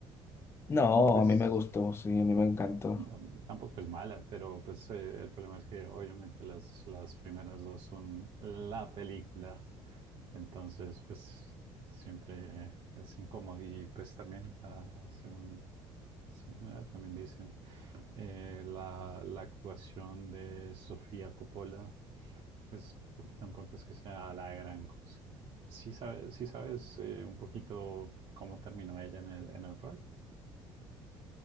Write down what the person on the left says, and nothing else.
No,
a mí me gustó, sí, a mí me encantó.